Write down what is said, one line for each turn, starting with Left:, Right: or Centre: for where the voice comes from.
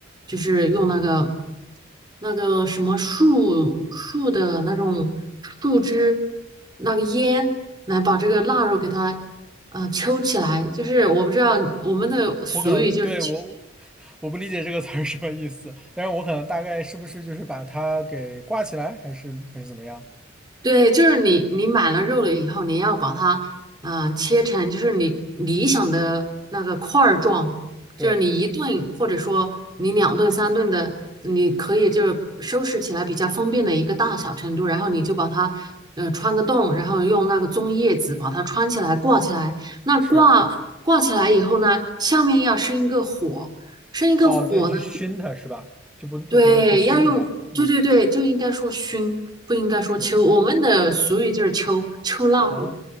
Right: 就是用那个那个什么树树的那种树枝，那个烟来把这个腊肉给它，呃，抽起来。就是我不知道我们的俗语就是
Centre: 我可能对我我不理解这个词儿什么意思，但是我可能大概是不是就是把它给挂起来，还是还是怎么样？
Right: 对，就是你你买了肉了以后，你要把它嗯，呃切成就是你理想的那个块儿状，
Centre: 对，
Right: 就是你一顿或者说你两顿三顿的，你可以就是收拾起来比较方便的一个大小程度，然后你就把它嗯、呃穿个洞，然后用那个棕叶子把它穿起来挂起来。那挂挂起来以后呢，
Centre: 是，
Right: 下面要生一个火，生一个火呢。
Centre: 哦，对，去熏它是吧？就不不停的去熏它，
Right: 对，要用，
Centre: 嗯，
Right: 对对对，就应该说熏，不应该说秋。
Centre: 是，
Right: 我们的俗语就是秋，秋腊肉。
Centre: 啊，